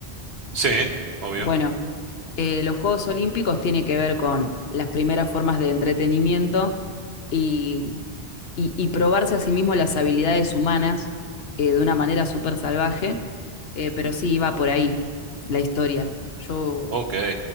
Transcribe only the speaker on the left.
Bueno, eh, los Juegos Olímpicos tienen que ver con las primeras formas de entretenimiento y, y- y probarse a sí mismo las habilidades humanas eh, de una manera súper salvaje, eh, pero sí iba por ahí la historia. Yo,